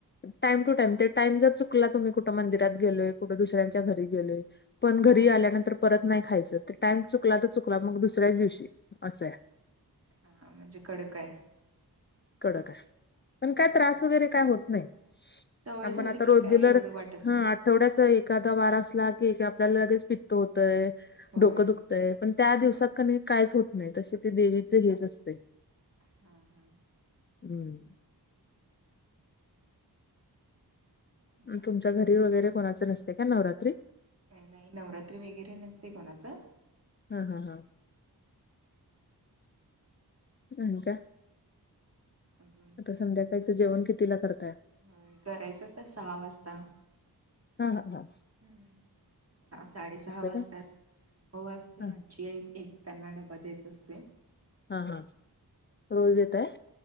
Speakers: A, on the left (about 30°); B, on the right (about 40°).
A: टाईम टू टाईम, ते टाईम जर चुकला, तुम्ही कुठं मंदिरात गेलोय, कुठं दुसऱ्यांच्या घरी गेलोय पण घरी
B: हा हा
A: आल्यानंतर परत नाही खायचं, ते टाइम चुकला त चुकला मग दुसऱ्याच दिवशी. असं आहे.
B: हा, म्हणजे कडकय.
A: कडकाय. पण
B: हम्म
A: काय त्रास वगैरे, काय होत नाही. <inaudible>
B: सवय
A: आपण
B: झाली
A: आता
B: की
A: रोग्युलर.
B: काही एवढं वाटत
A: हा
B: नाही
A: तेवड्याच एखादा वार असला की की, आपल्याला लगेच पित्त होतंय.
B: होय
A: डोकं दुख तय. पण त्या दिवसात
B: हो
A: कनिय, काहीच होत नाही. तसे ते देवीचे हेच असतय.
B: हां, हां.
A: अं.
B: नाही
A: अ तुमच्या घरी वगैरे, कोणाचे नसते का? नवरात्री.
B: नाही. नवरात्री वगैरे, नसते कोणाच.
A: हा, हा, हा. आणि काय?
B: अजून
A: आता
B: काय
A: संध्याकाळचं जेवण, कितीला करताय?
B: होय. करायचं आता, सहा वाजता.
A: हा, ह, ह.
B: हम्म. सा - साडे सहा वाजतात.
A: का?
B: भाऊ असतोय.
A: हा
B: आज्जीय एक. त्यांना, डबा द्यायचा असतोय.
A: हा, हा. रोज देताय?